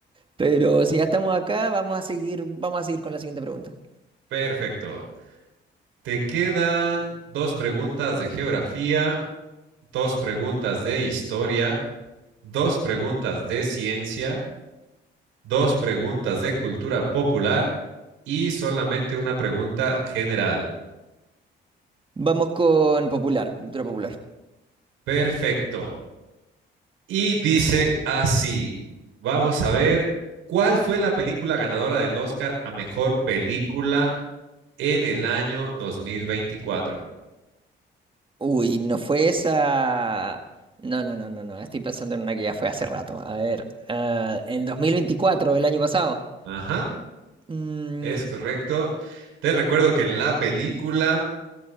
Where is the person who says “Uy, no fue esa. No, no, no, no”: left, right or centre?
Right